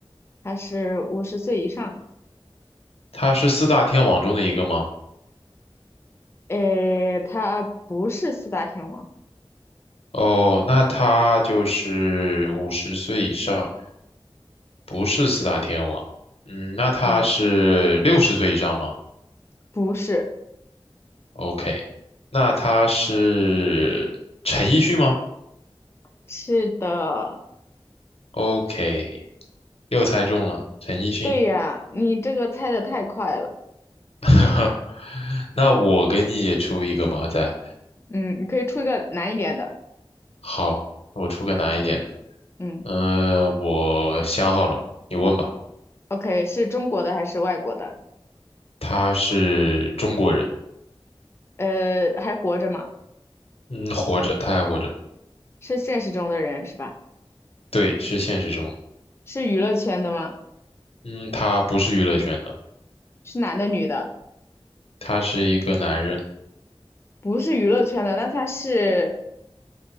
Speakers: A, on the left; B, on the left.
A: 他是五十岁以上，
B: 他是四大天王中的一个吗？
A: 诶，他不是四大天王，
B: 哦，那他就是五十岁以上，不是四大天王。嗯，那他是六十岁以上吗？
A: 嗯，不是。
B: OK，那他是陈奕迅吗
A: 是的，
B: ？OK，又猜中了，陈奕迅。
A: 对呀，你这个猜的太快了。
B: <laughs> 那我给你也出一个吧，再
A: 嗯，你可以出一个难一点的。
B: 好，我出个难一点的。
A: 嗯
B: 呃，我想好了，你问吧。
A: ，OK，是中国的还是外国的？
B: 他是中国人，
A: 呃，还活着吗？
B: 嗯，活着，他还活着，
A: 是现实中的人是吧？
B: 对，是现实中的。
A: 是娱乐圈的吗？
B: 嗯，他不是娱乐圈的，
A: 是男的女的？
B: 他是一个男人，
A: 不是娱乐圈的，那他是